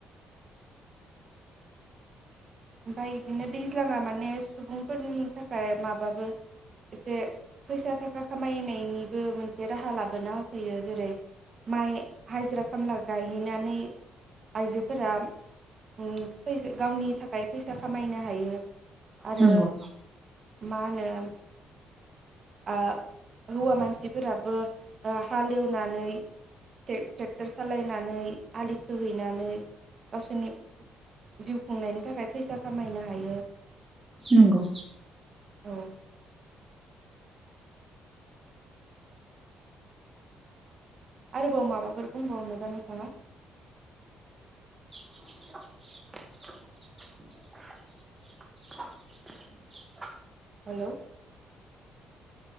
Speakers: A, on the right; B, on the right.
A: ओमफ्राय बिदिनो दैज्लाङा माने सुबुंफोरनि थाखा खाय माबाबो एसे फैसा थाखा खामायनायनिबो मोनसे राहा लाबोना होफैयो जेरै माइ हाजिरा खामला गायहैनानै आइजोफोरा उम फै गावनि थाखाय फैसा खामायनो हायो आरो
B: नंगौ
A: मा होनो ओ हौवा मानसिफोराबो ओ हालएवनानै टे-ट्रेक्टर सालायनानै आलि खोहैनानै गावसोरनि जिउ खुंनायनि थाखाय फैसा खामायनो हायो
B: नंगौ
A: औ आरोबाव माबाफोर बुंबावनोबा नोंथाङा?
B: <inaudible>
A: हेलौ